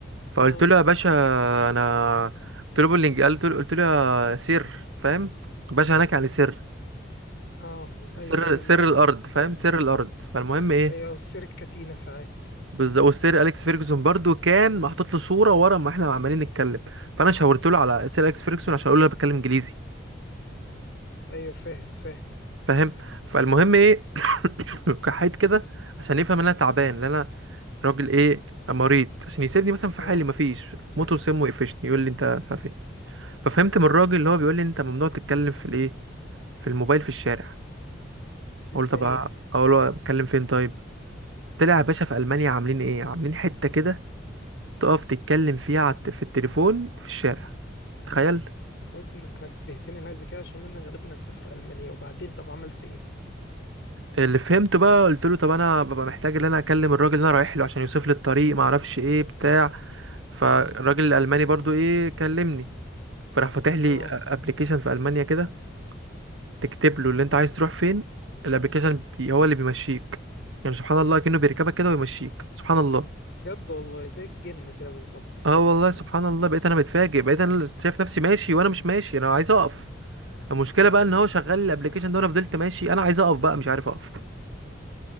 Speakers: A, on the right; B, on the left.
A: فقلت
B: اه
A: له يا باشا انا قلت له بالانجليزي قلت له قلت له يا سر فاهم باشا هناك يعني سر
B: اه ايوه
A: سر
B: ايوه اللي
A: سر
B: هو
A: الارض
B: ز-
A: فاهم سر الارض فالمهم ايه
B: ايوه وسيرة كاتينا ساعات
A: بالظبط وسير اليكس فيرجسون برضو كان محطوط له صوره ورا ما احنا عمالين نتكلم فانا شاورت له على سير اليكس فيرجسون عشان اقول له انا بتكلم انجليزي
B: ايوه فاهم فاهم
A: فاهم فالمهم ايه <coughs> كحيت كده عشان يفهم ان انا تعبان ان انا راجل ايه مريض عشان يسيبني مثلا في
B: اه
A: حالي مفيش موته وسمه يقفشني يقول لي انت مش عارف ايه ففهمت من الراجل اللي هو بيقول لي انت ممنوع تتكلم في الايه في الموبايل في الشارع
B: ازاي
A: اقول له طب
B: يعني
A: اقول له اتكلم فين طيب طلع يا باشا في المانيا عاملين ايه عاملين حته كده تقف تتكلم فيها على الت- في التليفون في الشارع تخيل
B: كويس انك نبهتني لحاجه زي كده عشان انا غالبا هسافر المانيا وبعدين طب عملت ايه
A: اللي فهمته بقى قلت له طب انا ببقى محتاج ان انا اكلم الراجل اللي انا رايح له عشان يوصف لي الطريق ما اعرفش ايه بتاع فالراجل الالماني برضو ايه كلمني فراح فاتح لي
B: اه
A: ابلكيشن في المانيا كده تكتب له اللي انت عايز تروح فين الابلكيشن بي هو اللي بيمشيك يعني سبحان الله كأنه بيركبك كده ويمشيك سبحان الله
B: جد والله زي الجن كده بالظبط
A: اه والله سبحان الله بقيت انا متفاجئ بقيت انا اللي شايف نفسي ماشي وانا مش ماشي انا عايز اقف المشكله بقى ان هو شغال الابلكيشن ده وانا فضلت ماشي انا عايز اقف بقى مش عارف اقف